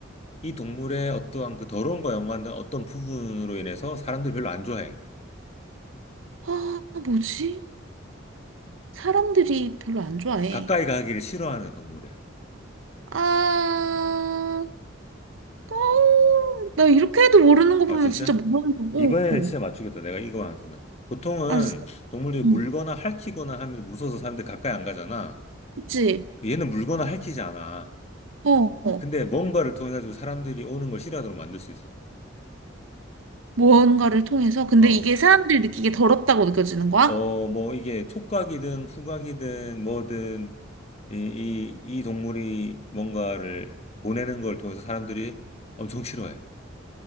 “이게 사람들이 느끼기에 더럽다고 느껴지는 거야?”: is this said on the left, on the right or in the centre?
Right